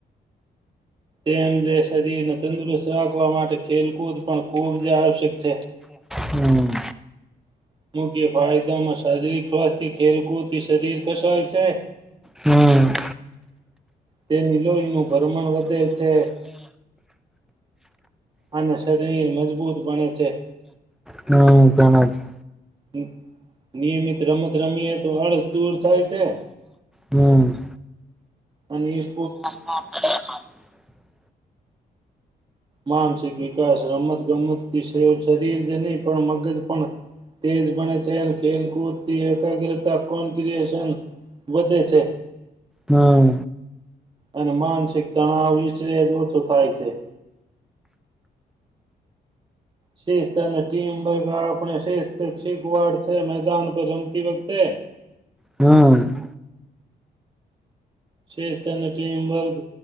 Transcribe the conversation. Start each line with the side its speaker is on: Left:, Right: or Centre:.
Right: તેમ જે સ શરીર ને તંદુરસ્ત રાખવા માટે ખેલકૂદ પણ ખૂબ જ આવશ્યક છે.
Centre: હમ
Right: <unintelligible> ફાયદામાં શારીરિક સ્વાસ્થી ખેલકૂદ થી શરીર કસાય છે.
Centre: હમ
Right: તેની લોહીનું ભરમણ વધે છે, અને શરીર મજબૂત બણે છે.
Centre: હમ ઘણા છે
Right: એક નિયમિત રમત રમીએ તો આળસ દૂર જાય છે.
Centre: હમ
Right: અનીસ
Centre: <inaudible>
Right: માનસિક વિકાસ રમત ગમતથી સે શરીર છે ને પણ મગજ પણ તેજ બને છે, અને ખેલકૂદથી એકાગ્રતા કોન્ક્રિએશન વધે છે.
Centre: હા.
Right: અને માનસિક તણાવ <unintelligible> ઓછો થાય છે. શિસ્ત અને ટીમ વગ આપણે શિસ્ત શીખવાડ છે મેદાન પર રમતી વખતે.
Centre: હમ્મ.
Right: શિસ્ત અને ટીમવર્ગ